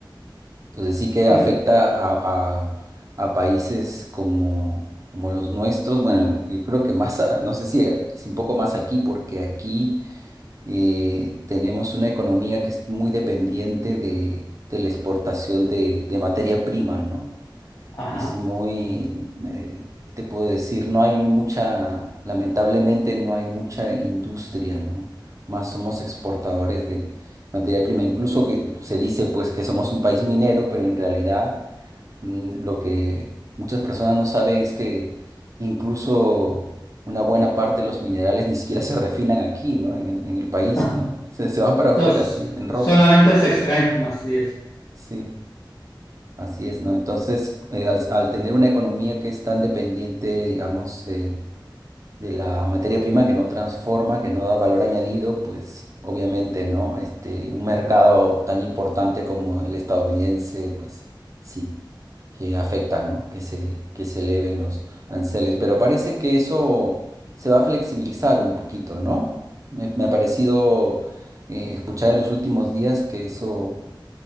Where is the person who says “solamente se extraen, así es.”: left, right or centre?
Left